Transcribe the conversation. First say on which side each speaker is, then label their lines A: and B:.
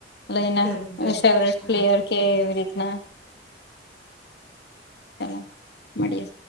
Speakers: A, on the left (about 65°); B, in the centre.
A: લયના
B: જરૂર જરૂર
A: ફેવરટે
B: હા
A: પ્લેયર કે એવી રીતના ચલો મળીએ